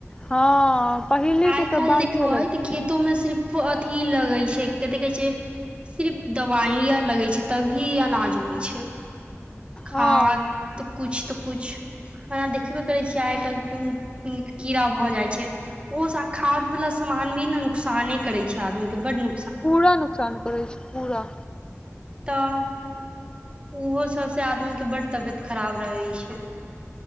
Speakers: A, on the left; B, on the right.
A: हँ। पहिले
B: आइ
A: के तऽ
B: काल
A: बाते
B: देखबै
A: अलग छै।
B: तऽ खेतोमे सिर्फ अथि लगै छै, कथी कहै छै। सिर्फ दवाई आर लगै छै, तभी अनाज होइ छै, खाद
A: हँ
B: त किुछ, त किुछ। खाना देखबे करै छियै, आइ काल्हि कीड़ा भऽ जाइ छै। ओ खाद वाला समान भी ने नुकसाने करे छै, आदमीके बड न
A: पूरा नुकसान करै छै, पूरा
B: तऽ। ओहो सभसँ आदमीके बड तबियत खराब रहै छै।